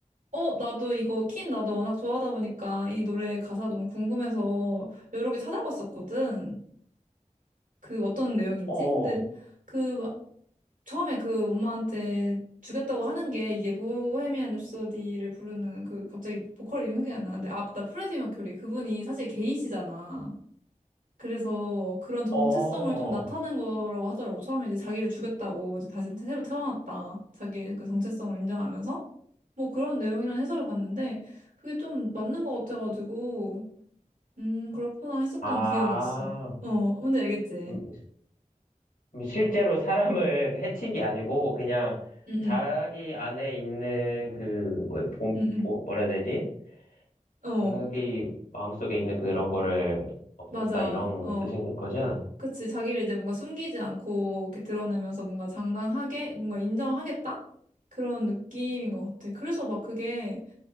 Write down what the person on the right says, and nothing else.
어, 나도 이거, 퀸 나도 워낙 좋아하다 보니까 이 노래 가사 너무 궁금해서 여러 개 찾아봤었거든. 그 어떤 내용인지?
근데 그, 막 처음에 그 엄마한테 주겠다고 하는 게 이게 보헤미안 랩소디를 부르는 그 갑자기 보컬 이름 생각이 안 나는데 아, 맞다. 프레디 머큐리. 그분이 사실 게이시잖아. 그래서 그런 정체성을
좀 나타낸 거라고 하더라고. 처음에 이제 자기를 죽였다고 이제 다시 새로 태어났다. 자기의 그 정체성을 인정하면서 뭐 그런 내용이라는 해설을 봤는데 그게 좀 맞는 것 같아가지고 음 그렇구나 했었던
기억이 있어. 어 뭔지 알겠지?
응응
응응
어
맞아
어
그치 자기를 이제 뭔가 숨기지 않고 이렇게 드러내면서 뭔가 장당하게 뭔가 인정하겠다 그런 느낌인 것 같아. 그래서 막 그게